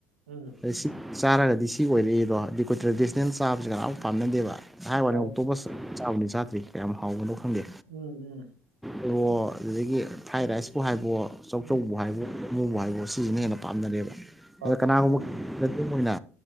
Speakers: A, on the right; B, in the centre.
A: ꯎꯝ
B: ꯑꯗꯩ ꯁꯤ ꯆꯥꯔꯒꯗꯤ ꯁꯤ ꯑꯣꯏꯔꯛꯏꯗꯣ ꯑꯗꯨ ꯑꯩꯈꯣꯏ ꯇ꯭ꯔꯦꯗꯤꯁꯅꯦꯜ ꯆꯥꯕꯁꯤ ꯀꯅꯥꯝ ꯄꯥꯝꯅꯗꯦꯕ ꯍꯥꯏꯕ ꯋꯥꯅꯤ
A: ꯄꯥꯝꯗꯦ
B: ꯑꯣꯛꯇꯣꯄꯁ ꯆꯥꯕꯨꯗꯤ ꯆꯥꯗ꯭ꯔꯤ ꯀꯌꯥꯝ ꯍꯥꯎꯕꯅꯣ ꯈꯪꯗꯦ
A: ꯎꯝ ꯎꯝ
B: ꯑꯗꯨꯗꯒꯤ ꯐ꯭ꯔꯥꯏ ꯔꯥꯏꯁꯄꯨ ꯍꯥꯏꯕꯋꯣ ꯆꯧꯆꯧꯕꯨ
A: ꯎꯝ
B: ꯍꯥꯏꯕꯋꯣ ꯑꯃꯕꯨ ꯍꯥꯏꯕꯋꯣ ꯁꯤꯖꯤꯅ ꯍꯦꯟꯅ ꯄꯥꯝꯅꯔꯦꯕ
A: ꯄꯥꯝꯅꯔꯦ
B: ꯑꯗꯣ ꯀꯅꯥꯒꯨꯝꯕ
A: ꯄꯥꯝꯅꯔꯦ
B: <unintelligible> ꯑꯣꯏꯅ